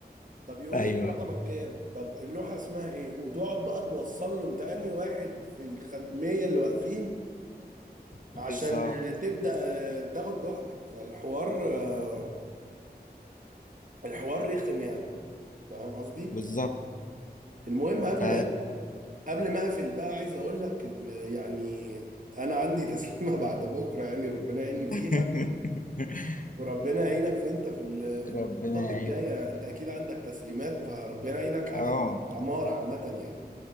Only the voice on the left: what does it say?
أيوه
بالظبط
بالظبط
ف
<laughs>
ربنا
يعينك
اه